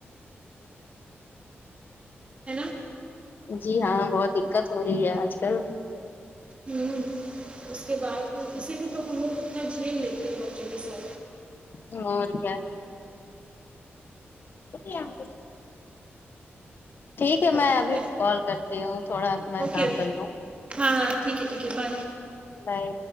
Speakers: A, on the right; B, on the left.
A: ہے نا
B: جی ہاں بہت ہی دقت ہو رہی ہے آج کل
A: امم اس کے بعد اسی لیے تو ہم لوگ اتنا جھیل لیتے ہیں بچوں کے ساتھ
B: ہاں اور کیا ہے ٹھیک ہے
A: پتہ
B: میں
A: نہیں
B: ابھی کال کر تی ہو لیو تھوڑا میں
A: اوکے
B: کام کر لوں
A: ہاں ہاں ٹھیک ہے ٹھیک ہے بائے
B: میں